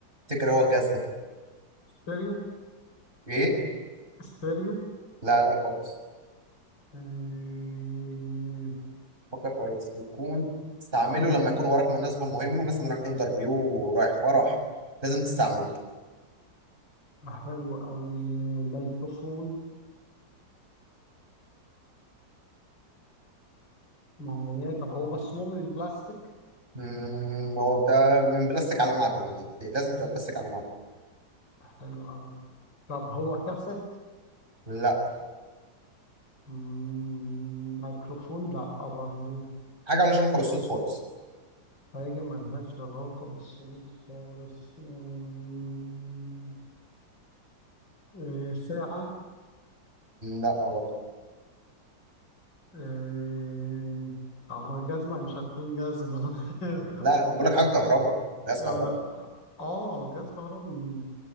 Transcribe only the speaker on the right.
تفتكر هو الجهاز ده
إيه؟
لا لا خالص
فكر كويس بتكون تستعمله
لما يكون وراك مناسبة مهمة مثلا رايح انترفيو رايح فرح لازم تستعمله
مم، هو بتاع من بلاستيك على معدن يعني لازم تبقى بلاستيك على معدن
لا
حاجة مالهاش علاقة بالصوت خالص
لا برضه
لا لا بقول لك حاجه كهرباء جهاز
كهرباء